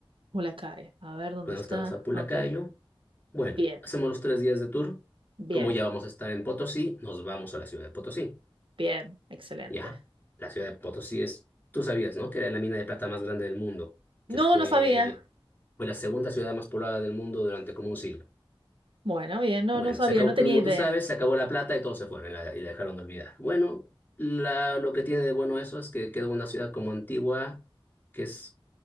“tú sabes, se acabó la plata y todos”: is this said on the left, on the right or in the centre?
Left